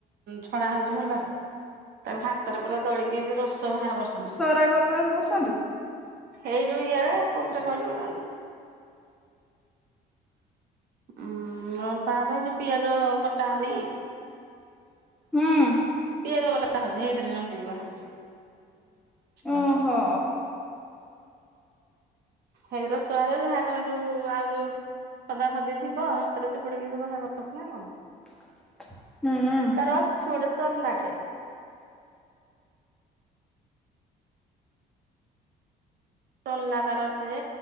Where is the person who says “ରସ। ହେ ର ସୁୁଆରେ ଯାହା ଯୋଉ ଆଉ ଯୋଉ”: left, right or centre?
Right